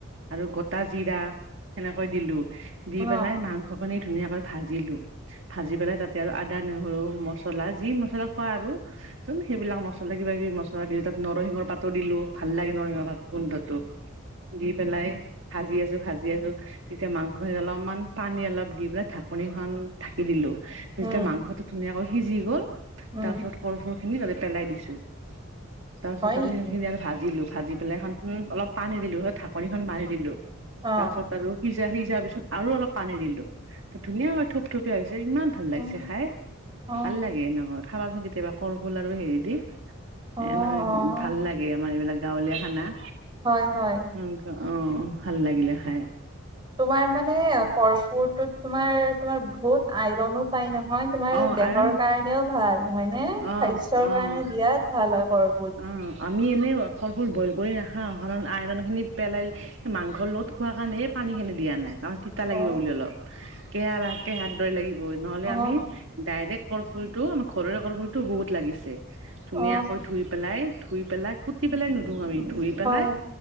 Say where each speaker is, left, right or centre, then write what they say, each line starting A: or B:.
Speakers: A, on the right; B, on the right.
A: আৰু গোটা জিৰা সেনেকৈ দিলো দি
B: অ
A: পেলাই মাংসখনি ধুনীয়াকৈ ভাজিলোঁ ভাজি পেলাই তাতে আৰু আদা নহৰু মছলা যি মছলা খোৱা আৰু চোন সেইবিলাক মছলা কিবা কিবি মছলা দিলো তাত নৰসিংহৰ পাতো দিলো ভাল লাগে নৰসিংহৰ পাত গোন্ধটো দি পেলাই ভাজি আছো ভাজি আছো তেতিয়া মাংসখিনি অলপমান পানী অলপ দি পেলাই ঢাকনিখন ঢাক দি দিলো
B: উম
A: যেতিয়া মাংসটো ধুনীয়াকৈ সিজি গ'ল
B: উম
A: তাৰপিছত কল ফুল খিনি তাতে পেলাই দিছো তাৰ পিছত
B: হয়
A: আৰু
B: নেকি
A: সেই খিনি আৰু ভাজিলো ভাজি পেলাই এখন হুম অলপ পানী দিলো তাছত ঢাকনিখন মাৰি দিলো
B: অ
A: তাৰ পিছত আৰু সিজা সিজা পিছত আৰু অলপ পানী দিলো ত ধুনীয়া কৈ থোপ থুপিয়া হৈছে ইমান ভাল লাগিছে
B: অ অ
A: খাই
B: অ
A: ভাল লাগে এনেকৈয় খাবাচোন কেতিয়াবা কলফুল আৰু হেৰি দি
B: অ অ
A: এনেকৈ ভাল লাগে আমাৰ এইবিলাক গাঁৱলীয়া খানা
B: হয় হয়
A: মো'ক অ ভাল লাগিলে খাই
B: তোমাৰ মানে কৰ্পুৰটোত তোমাৰ তোমাৰ বহুত আইৰনো পাই ন নহয় তোমাৰ
A: অ
B: দেহৰ
A: আইৰণ
B: কাৰণেও ভাল হয়নে স্বাস্থ্যৰ
A: অ অ
B: কাৰণে বিৰাট ভাল হয় কৰ
A: অ আমি এনে কলফুল বইল কৰি নাখাওঁ কাৰণ আইৰন খিনি পেলাই মাংস লগত খোৱাৰ কাৰণে এই পানী খিনি দিয়া নাই কাৰণ তিত তা লাগিব
B: অ
A: বুলি অলপ কেহা বা কেহাৰ দৰে লাগিব নহ'লে
B: অ
A: আমি
B: অ
A: ডাইৰেক্ট কলফুল টো আমাৰ ঘৰৰে কলফুল টো বহুত লাগিছে ধুনীয়াকৈ
B: অ
A: ধুই পেলাই ধু ধুই পেলাই কুতি পেলাই নুধু আমি ধুই পেলাই
B: হয়